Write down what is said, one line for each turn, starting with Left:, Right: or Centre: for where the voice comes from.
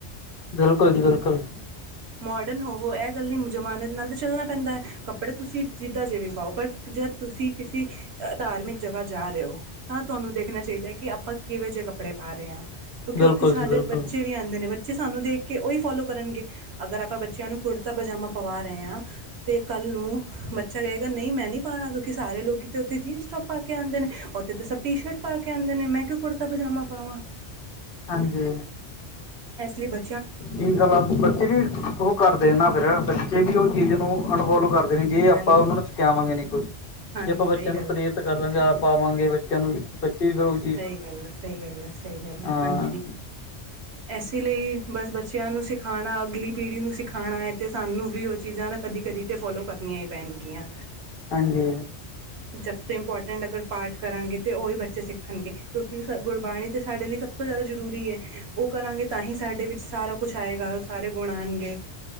Left: ਬਿਲਕੁਲ ਜੀ ਬਿਲਕੁਲ।
Right: ਮੌਡਰਨ ਹੋਵੋ, ਐ ਗੱਲ ਨੀ ਜਮਾਨੇ ਨਾਲ ਤੇ ਚੱਲਨਾ ਪੈਂਦਾ ਐ। ਕੱਪੜੇ ਤੁਸੀ ਜਿਦਾਂ ਜਿਵੇਂ ਪਾਓ ਬਟ ਜਾ ਤੁਸੀ ਕਿਸੀ ਅ ਧਾਰਮਿਕ ਜਗਾ ਜਾ ਰੇ ਓ ਤਾਂ ਤੁਆਨੂੰ ਦੇਖਨਾ ਚਾਈਦਾ ਐ ਕਿ ਆਪਾਂ ਕਿਵੇਂ ਜੇ ਕੱਪੜੇ ਪਾ ਰੇ ਆਂ। ਕਿਉਂਕਿ
Left: ਬਿਲਕੁਲ
Right: ਓਥੇ ਸਾਡੇ
Left: ਜੀ ਬਿਲਕੁਲ
Right: ਬੱਚੇ ਵੀ ਆਂਦੇ ਨੇ ਬੱਚੇ ਸਾਨੂੰ ਦੇਖ ਕੇ ਓਈ ਫੌਲੋ ਕਰਨਗੇ। ਅਗਰ ਆਪਾਂ ਬੱਚੇਆਂ ਨੂੰ ਕੁੜਤਾ ਪਜਾਮਾ ਪਵਾ ਰੇ ਆਂ। ਤੇ ਕੱਲ ਨੂੰ ਬੱਚਾ ਕਏਗਾ ਨਈ ਮੈਂ ਨੀ ਪਾਣਾ ਕਿਉਂਕਿ ਸਾਰੇ ਲੋਗੀ ਤੇ ਓਥੇ ਜੀਨਸ ਟੋਪ ਪਾ ਕੇ ਆਂਦੇ ਨੇ ਓਥੇ ਤੇ ਸਭ ਟੀ ਸ਼ਰਟ ਪਾ ਕੇ ਆਂਦੇ ਨੇ ਮੈਂ ਕਓਂ ਕੁੜਤਾ ਪਜ਼ਾਮਾ ਪਾਵਾਂ।
Left: ਹਾਂਜੀ।
Right: ਐਸ ਲੇ ਬ
Left: ਏਈ ਗੱਲ ਆ। ਬੱਚੇ ਵੀ ਓਹ ਕਰਦੇ ਨਾ ਫੇਰ ਬੱਚੇ ਵੀ ਓ ਚੀਜ ਨੂੰ ਅਨਫੌਲੋ ਕਰ ਜੇ
Right: ਹਾਂਜੀ
Left: ਆਪਾਂ ਓਨਾਂ ਦਾ ਸਿਖਿਆਵਾਂਗੇ ਨੀ ਕੁੱਝ।
Right: ਹਾਂਜੀ
Left: ਜੇ ਆਪਾਂ ਬੱਚੇਆਂ
Right: ਸਹੀ ਗੱਲ
Left: ਨੂੰ ਪ੍ਰੇਰਤ
Right: ਹੈ
Left: ਕਰਾਂਗੇ। ਆਪ ਪਾਵਾਂਗੇ ਬਚੇਆਂ ਨੂੰ ਵੀ, ਬੱਚੇ ਵੀ ਫੇਰ ਓਈ
Right: ਸਈ ਗੱਲ ਐ, ਸਈ ਗੱਲ ਐ, ਸਈ ਗੱਲ ਐ,
Left: ਹਾਂ
Right: ਹਾਂਜੀ। ਐਸੇ ਲਈ ਬਸ ਬੱਚੇਆਂ ਨੂੰ ਸਿਖਾਣਾ, ਅਗਲੀ ਪੀੜ੍ਹੀ ਨੂੰ ਸਿਖਾਣਾ ਐ ਤੇ ਸਾਨੂੰ ਵੀ ਓ ਚੀਜ਼ਾਂ ਨਾ ਕਦੀ ਕਦੀ ਤੇ ਫੌਲੋ ਕਰਨੀਆਂ ਈ ਪੈਨਗੀਆਂ।
Left: ਹਾਂਜੀ।
Right: ਜਬ ਤੇ ਇਮਪੌਟੈਟ ਅਗਰ ਪਾਠ ਕਰਾਂਗੇ ਤੇ ਓਈ ਬੱਚੇ ਸਿੱਖਣਗੇ ਕਿਉਂਕਿ ਗੁਰਬਾਣੀ ਤੇ ਸਾਡੇ ਲਈ ਸਭ ਤੋਂ ਜਾਦਾ ਜਰੂਰੀ ਐ। ਓ ਕਰਾਂਗੇ ਤਾਂ ਹੀ ਸਾਡੇ ਵਿੱਚ ਸਾਰਾ ਕੁੱਛ ਆਏਗਾ ਸਾਰੇ ਗੁਣ ਆਣਗੇ।